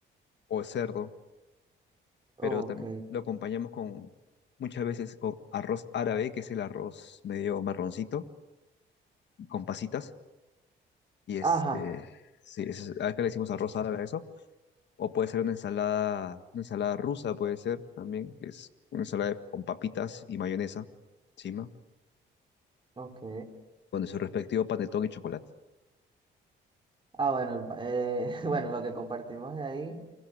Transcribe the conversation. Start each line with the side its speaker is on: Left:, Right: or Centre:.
Left: o el cerdo,
Right: Ok.
Left: pero también lo acompañamos con muchas veces con arroz árabe, que es el arroz medio marroncito, con pasitas, y este,
Right: Ajá,
Left: sí, ese es- acá le decimos arroz árabe a eso. O puede ser una ensalada, una ensalada rusa, puede ser también, que es una ensalada con papitas y mayonesa encima,
Right: ok.
Left: con su respectivo panetón y chocolate.
Right: Ah, bueno, el pa- eh, <laughs> bueno, lo que compartimos de ahí